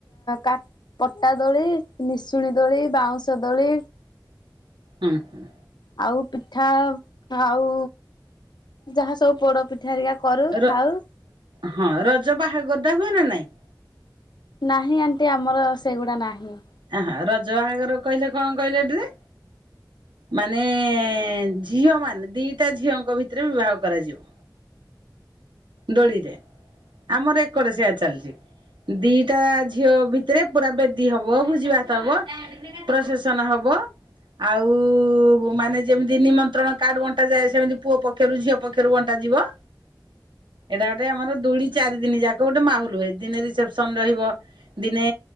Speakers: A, on the left; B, on the right.
A: କା ପଟା ଦୋଳି। ନିଶୁଣି ଦୋଳି ବାଉଁଶ ସେ ଦୋଳି।
B: ହୁଁ ହୁଁ
A: ଆଉ ପିଠା ଆଉ ଯାହା ସବୁ ପୋଡ଼ ପି ପିଠାରିକା କରୁ
B: ର
A: ଖାଉ।
B: ହଁ ରଜ ବାହାଘର ଦା ହୁଏ ନା ନାଇଁ।
A: ନାହିଁ ଆଣ୍ଟି ଆମର ସେଗୁଡ଼ା ନାହିଁ।
B: ଆହା ରଜ ବାହାଘର କହିଲେ କଣ କହିଲ ଏଠି ହୁଏ ମାନେ ଝିଅ ମାନେ ଦିଟା ଝିଅଙ୍କ ଭିତରେ ବିବାହ କରାଯିବ। ଦୋଳିରେ ଆମର ଏକଡ଼ ସେୟା ଚାଲିଛି ଦିଟା ଝିଅ ଭିତରେ ପୁରା ବେଦୀ ହବ ଭୁଜି ଭାତ ହବ ପ୍ରସେସନ୍ ହବ ଆଉ ମାନେ ଯେମିତି ନିମନ୍ତ୍ରଣ କାର୍ଡ ବଣ୍ଟା ଯାଏ ସେମିତି ପୁଅ ପକ୍ଷରୁ ଝିଅ ପକ୍ଷରୁ ବଣ୍ଟା ଯିବ। ଏଇଟା ଗୋଟେ ଆମର ଦୁଳି ଚାରି ଦିନ ଯାକ ଗୋଟେ ମାହୁଲ ହୁଏ ଦିନେ ରିସେପସନ୍ ରହିବ ଦିନେ